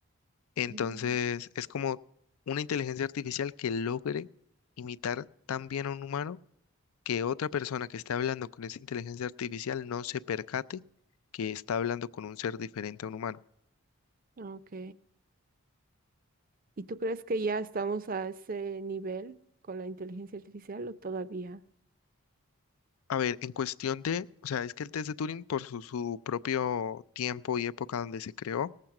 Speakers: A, on the left; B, on the right.
A: Entonces,
B: Mm,
A: es como una inteligencia artificial que logre imitar tan bien a un humano que otra persona que esté hablando con esa inteligencia artificial no se percate que está hablando con un ser diferente a un humano.
B: Ok. ¿Y tú crees que ya estamos a ese nivel con la inteligencia artificial o todavía?
A: A ver, en cuestión de, o sea, es que el test de Turing por su, su propio tiempo y época donde se creó,